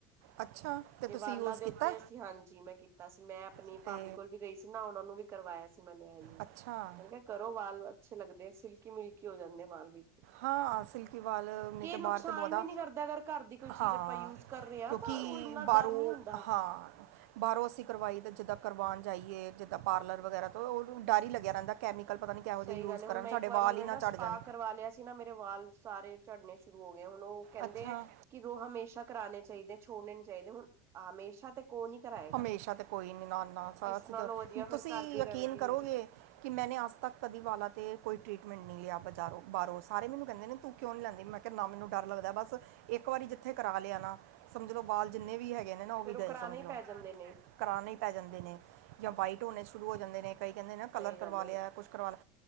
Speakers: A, on the right; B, on the right.
A: ਅੱਛਾ। ਅਤੇ
B: ਤੇ
A: ਤੁਸੀਂ
B: ਵਾਲਾਂ
A: ਯੂਜ਼
B: ਦੇ
A: ਕੀਤਾ
B: ਉੱਤੇ ਅਸੀਂ ਹਾਂਜੀ ਮੈਂ ਕੀਤਾ ਸੀ ਮੈਂ ਆਪਨੀ
A: ਅਤੇ
B: ਭਾਬੀ ਕੋਲ ਵੀ ਗਈ ਸੀ ਨਾ ਉਹਨਾਂ ਨੂੰ ਵੀ ਕਰਵਾਇਆ ਸੀ ਮੈਨੇ ਇਹ
A: ਅੱਛਾ।
B: ਮ ਕਿਹਾ ਕਰੋ ਵਾਲ ਅੱਛੇ ਲੱਗਦੇ ਸਿਲਕੀ-ਮਿਲਕੀ ਹੋ ਜਾਂਦੇ ਵਾਲ ਵੀ
A: ਹਾਂਅ ਸਿਲਕੀ ਵਾਲ ਨੇ ਤਾਂ
B: ਨੁਕਸਾਨ
A: ਬਹੁਤਾ
B: ਵੀ ਨੀ ਕਰਦਾ ਅਗਰ ਘਰ ਦੀ ਕੋਈ ਚੀਜ਼
A: ਹਾਂ,
B: ਆਪਾਂ ਯੂਜ ਕਰ ਰਹੇ ਹਾਂ
A: ਕਿਉਂਕਿ
B: ਤਾਂ ਉਹ ਇੰਨਾ ਡਰ
A: ਬਾਹਰੋਂ
B: ਨਹੀਂ ਹੁੰਦਾ
A: ਹਾਂ। ਬਾਹਰੋਂ ਅਸੀਂ ਕਰਵਾਈ ਤਾਂ ਜਿੱਦਾਂ ਕਰਵਾਨ ਜਾਈਏ ਜਿੱਦਾਂ ਪਾਰਲਰ ਵਗੈਰਾ ਤੋਂ ਉਹ ਡਰ ਹੀ ਲੱਗਿਆ ਰਹਿੰਦਾ। ਕੈਮੀਕਲ ਪਤਾ ਨ ਨਹੀਂ ਕਿਹੋ
B: ਸਹੀ
A: ਜਿਹੇ ਯੂਜ
B: ਗੱਲ ਹੈ
A: ਕਰਨ
B: ਹੁਣ ਮੈਂ
A: ਸਾਡੇ
B: ਇੱਕ ਵਾਰੀ
A: ਵਾਲ ਹੀ ਨਾ ਚੜ੍ਹ
B: ਸਪਾ
A: ਜਾਣ।
B: ਕਰਵਾ ਲਿਆ ਸੀ ਨਾ ਮੇਰੇ ਵਾਲ ਸਾਰੇ ਝੜਨੇ ਸ਼ੁਰੂ ਹੋ ਗਏ ਹੁਣ ਉਹ ਕਹਿੰਦੇ
A: ਅੱਛਾ
B: ਐ ਕਿ ਰੋ ਹਮੇਸ਼ਾ ਕਰਾਣੇ ਚਾਹੀਦੇ ਛੋੜਣੇ ਨੀ ਚਾਹੀਦੇ ਹੁਨ ਹਮੇਸ਼ਾ ਤੇ ਕੋ ਨੀ ਕਰਾਏਗਾ
A: ਹਮੇਸ਼ਾ ਤਾਂ ਕੋਈ ਨੀ ਨਾ-ਨਾ ਸ
B: ਇਸ ਨਾਲੋਂ ਵਧੀਆ ਫਿਰ
A: ਤੁਸੀਂ
B: ਘਰ ਦੀ
A: ਯਕੀਨ
B: ਰੈਮੇਡੀ
A: ਕਰੋਗੇ।
B: ਯੂਜ ਕਰ
A: ਕਿ ਮੈਨੇ ਅੱਜ ਤੱਕ ਕਦੀ ਵਾਲਾ 'ਤੇ ਕੋਈ। ਟਰੀਟਮੈਂਟ ਨਹੀਂ ਲਿਆ ਬਜ਼ਾਰੋਂ ਬਾਹਰੋਂ ਸਾਰੇ ਮੈਨੂੰ ਕਹਿੰਦੇ ਨੇ ਤੂੰ ਕਿਉਂ ਨਹੀਂ ਲੈਂਦੀ ਮੈਂ ਕਿਹਾ ਨਾ ਮੈਨੂੰ ਡਰ ਲੱਗਦਾ ਬਸ ਇੱਕ ਵਾਰੀ ਜਿੱਥੇ ਕਰਾ ਲਿਆ ਨਾ ਸਮਝ ਲੋ ਬਾਲ ਜਿੰਨੇ ਵੀ ਹੈਗੇ ਨੇ ਨਾ ਉਹ ਵੀ
B: ਫੇਰ
A: ਗਏ
B: ਕਰਾਣੇ
A: ਸਮਝ
B: ਹੀ
A: ਲੋ
B: ਪੈ ਜਾਂਦੇ ਨੇ।
A: ਕਰਾਨੇ ਈ ਪੈ ਜਾਂਦੇ ਨੇ ਜਾਂ ਵਾਈਟ ਹੋਨੇ ਸ਼ੁਰੂ ਹੋ ਜਾਂਦੇ ਨੇ। ਕਈ ਕਹਿੰਦੇ ਨੇ ਨਾ ਕਲਰ
B: ਸਹੀ
A: ਕਰਵਾ
B: ਗੱਲ ਏ
A: ਲਿਆ ਕੁਛ ਕਰਵਾ ਲਿਆ